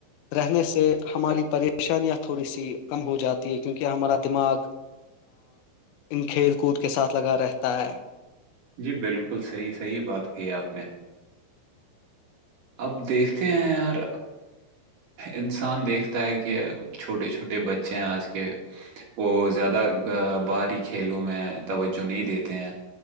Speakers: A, on the left (about 80°); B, on the right (about 50°).
A: رہنے سے ہماری پریشانیاں تھوڑی سی کم ہو جاتی ہے کیونکہ ہمارا دماغ ان کھیل کود کے ساتھ لگا رہتا ہے
B: جی بالکل صحیح صحیح بات کہ ہے آپ نے اب دیکھتے ہیں یار انسان دیکھتا ہے کہ چھوٹے چھوٹے بچے ہیں آج کے وہ زیادہ باہری کھیلوں میں توجہ نہیں دیتے ہیں